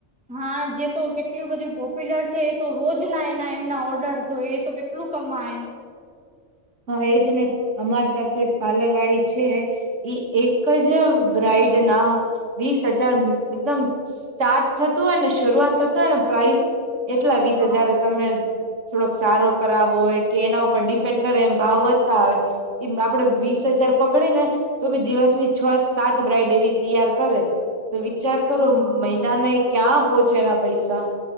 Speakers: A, in the centre; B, on the right (about 80°).
A: હા જે તો કેટલ બધી પોપ્યુલર છે એ તો રોજ ના એના એમના ઓર્ડર તો એ તો કેટલું કમાય.
B: હા એજ ને અમારે ત્યાં તો એક પાર્લર વાળી છે. એક જ બ્રઇડ ના વીસ હજાર એકદમ સ્ટાર્ટ થતું હોય ને શરૂઆત થતું હોય ને પ્રાઇઝ. એટલા વીસ
A: હા
B: હજાર તમને થોડોક સારો કરાવો હોય કે એના ઉપર ડિપેન્ડ એમ ભાવ વધતા આવે એમ આપડે વીસ હજાર પકડે ને. તો બી દિવસની છ સાત બ્રાઈઇડેવી તૈયાર કરે. તો વિચાર કરો
A: હા
B: મહિનાના એ ક્યાં પોહોંચે એના પૈસા.